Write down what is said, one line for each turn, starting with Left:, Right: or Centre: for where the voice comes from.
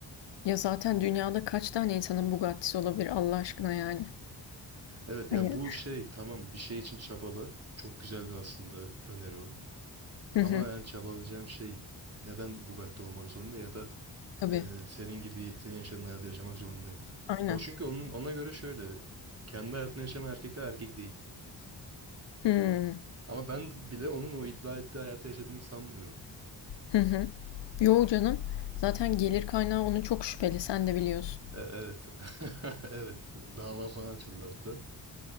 Left: Ya, zaten dünyada kaç tane insanın Bugatti'si olabilir Allah aşkına yani?
Right: Evet yani
Left: Hani
Right: bu şey tamam bir şey için çabalı. Çok güzel bir aslında öneri o.
Left: Hı
Right: Ama
Left: hı.
Right: ben çabalayacağım şey neden Bugatti olmak zorunda ya da
Left: Tabii.
Right: e, senin gibi senin yaşadığın hayatı yaşamak zorundayım.
Left: Aynen.
Right: Ya o çünkü onun ona göre şöyle kendi hayatını yaşayan erkekler erkek değil.
Left: Hı
Right: Ama ben bile onun o iddia ettiği hayatı yaşadığını sanmıyorum.
Left: Hı hı. Yo canım. Zaten gelir kaynağı onun çok şüpheli. Sen de biliyorsun.
Right: E, evet. <laughs> Evet. Dava falan açıldı hatta.